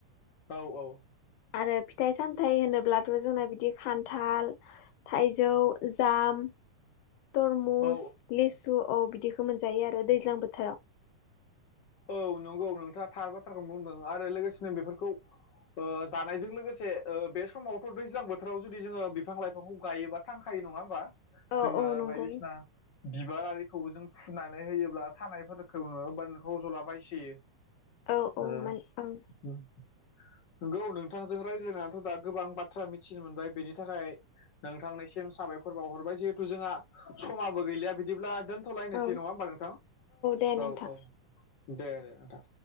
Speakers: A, on the left; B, on the left.
A: औ औ।
B: आरो फिथाइ सामथायाइ होनोब्लाथ' जोंना बिदि खान्थाल थाइजौ जाम तरमुस
A: औ
B: लिसु औ बिदिखौ मोनजायो आरो दैज्लां बोथोराव।
A: औ नंगौ नोंथांङा थार बाथ्राखौनो बुंदों आरो लोगोसेनो बेफोरखौ ओ जानायजों लोगोसे ओ बे समावथ' दैज्लां बोथोराव जुदि जोंङो बिफां लाइफांखौ गायोबा थांखायो नंङा होमबानो?
B: औ
A: जोंङो
B: औ नंगौ
A: बायदिसिना बिबारारिखौबो जों फुनानै होयोब्ला थानायफोरखौ नुबा रज'लाबायसोयो
B: औ औ
A: ओ
B: मान ओं
A: उम नंगौ नोंथांजों रायज्लायनानैथ' दा गोबां बाथ्रा मिथिनो मोनबाय बेनि थाखाय नोंथांनिसिम साबायखर बाव हरबाय जिहेथु जोंहा समाबो गैलिया बिदिब्ला दोन दोनथ' लायनोसै
B: औ
A: नंङा होमबा नोंथां
B: दे नोंथां
A: औ औ दे दे नोंथां।